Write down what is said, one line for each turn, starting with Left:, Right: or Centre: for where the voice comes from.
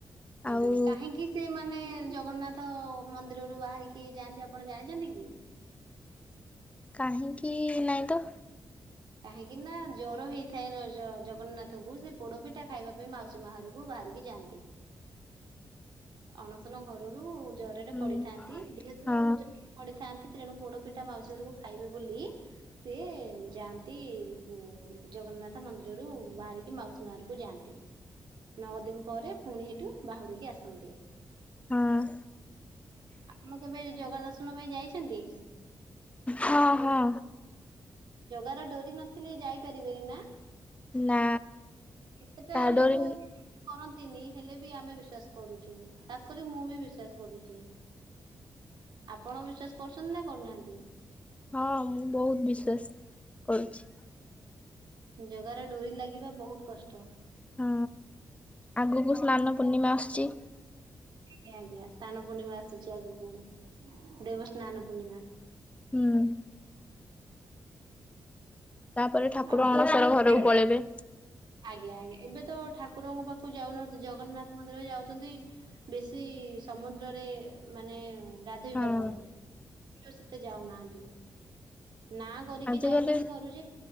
Right: ଆଜ୍ଞା।
Left: ଆଉ
Right: କାହିଁକି ସେମାନେ ଜଗନ୍ନାଥ ମନ୍ଦିରରୁୁ ବାହାରିକି ଯାଆନ୍ତି ଆପଣ ଜାଣିଛନ୍ତି କି?
Left: କାହିଁକି ନାହିଁ ତ
Right: କାହିଁକି ନା ଜ୍ଵର ହେଇଥାଏ ଜଗନ୍ନାଥଙ୍କୁ ସେ ପୋଡପିଠା ଖାଇବା ପାଇଁ ମାଉସୀ ମା ଘରକୁ ବାହାରିକି ଯାଆନ୍ତି, ଅଣସନ ଘରରୁ ଜରରେ
Left: ହୁଁ
Right: ପଡିିଥାନ୍ତି ଯେହେତୁ
Left: ହଁ
Right: ଜରରେ ପଢିଥାନ୍ତି ତେଣୁ ପୋଡ ପିଠା ମାଉସୀ ଘରକୁ ଖାଇବେ ବୋଲି ସେି ଯାଆନ୍ତି ଉ ଜଗନ୍ନାଥ ମନ୍ଦିରରୁ ବାହାରିକି ମାଉସୀ ମାଘରକୁ ଯାଆନ୍ତି ନଅ ଦିନ ପରେ ପୁଣି ହେଠୁ ବାହୁଡିକି ଆସନ୍ତି।
Left: ହଁ।
Right: ଆପଣ କେବେ ଜଗା ଦର୍ଶନ ପାଇଁ ଯାଇଛନ୍ତି?
Left: ହଁ ହଁ
Right: ଜଗାର ଡୋରି ନଥିଲେ ଯାଇପାରିବେନି ନା?
Left: ନା
Right: କେତେଟା
Left: ତା
Right: ଲୋକ
Left: ଡୋରି
Right: କରନ୍ତି? ତିନି ହେଲେ ବି ଆମେ ବିଶ୍ଵାସ କରୁଛୁ ଖାସ କରି ମୁଁ ବି ବିଶ୍ଵାସ କରୁଛି। ଆପଣ ବିଶ୍ଵାସ କରୁଛନ୍ତି ନା କରୁନାହାନ୍ତି?
Left: ହଁ ମୁଁ ବହୁତ ବିଶ୍ଵାସ କରୁଛି।
Right: ଜଗା ର ଡୋରି ଲାଗିବା ବହୁତ କଷ୍ଟ।
Left: ହଁ ଆଗକୁ ସ୍ନାନ ପୂର୍ଣ୍ଣିମା ଆସୁଛି।
Right: ଆଜ୍ଞା ଆଜ୍ଞା, ସ୍ନାନ ପୂର୍ଣ୍ଣିମା ଆସୁଛି ଆଗକୁ, ଦେବସ୍ନାନ ପୂର୍ଣ୍ଣିମା।
Left: ହୁଁ। ତାପରେ ଠାକୁର
Right: ଆଉ
Left: ଅଣସର
Right: ଏବେ ତ
Left: ଘରକୁ ପଳେଇବେ।
Right: ଆଜ୍ଞା ଆଜ୍ଞା ଏବେ ତ ଠାକୁରଙ୍କ ପାଖକୁ ଯାଉନାହାନ୍ତି, ଜଗନ୍ନାଥ ମନ୍ଦିର ଯାଉଛନ୍ତି, ବେଶୀ ସମୁଦ୍ରରେ ମାନେ ଗାଧୋଇବା
Left: ହଁ
Right: ପାଇଁ ସେତେ ଯାଉନାହାନ୍ତି। ନା କରିକି
Left: ଆଜିକାଲି
Right: ଯାଉଛନ୍ତି ଘରୁ ଯେ